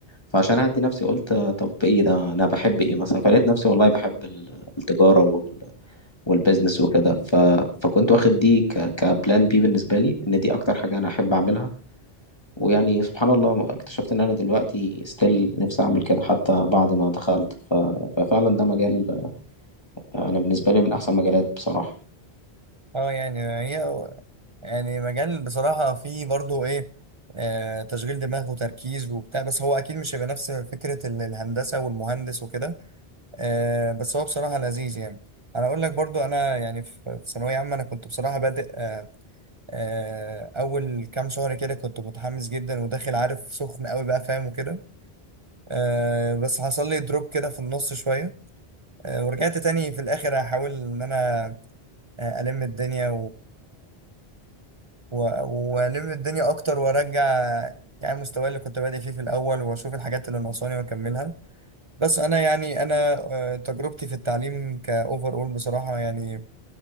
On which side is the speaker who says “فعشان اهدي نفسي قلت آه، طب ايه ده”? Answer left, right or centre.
Left